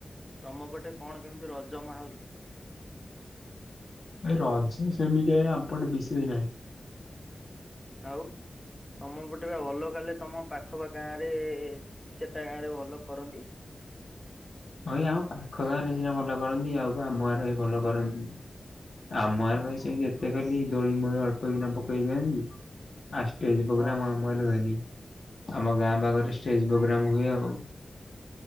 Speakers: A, on the left; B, on the left.
A: ତମ ପଟେ କଣ କେମିତି ରଜ ମାହୋଲ?
B: ଏ ରଜ ସେମିତି ଆଜ୍ଞା ଆମ ପଟେ ବିଶେଷ ନାହିଁ
A: ଆଉ ତମ ପଟେ ଭଲ କଲେ ତମ ପାଖ ବା ଗାଁ ରେ ଚଟା ଗାଁ ରେ ଭଲ କରନ୍ତି?
B: ହଁ ଏଇ ଆମ ପାଖ ଗାଁରେ ନି ସିନା ଭଲ କରନ୍ତି ଆଉକୁ ଆମର ବି ଭଲ କରନ୍ତି। ଆମର ପାଇଁ ସେମିତି
A: ଓ
B: ଏତେ ଖାଲି ଦୋଳି ମଳି ଅଳ୍ପ ପକିନା ପକେଇ ଦିଅନ୍ତି। ଆ ଷ୍ଟେଜ୍ ପ୍ରୋଗ୍ରାମ
A: ହଁ
B: ଆମ ଗାଁ ରେ ହୁଏନି। ଆମ ଗାଁ ପାଖରେ ଷ୍ଟେଜ୍ ପ୍ରୋଗ୍ରାମ ହୁଏ ଆଉ।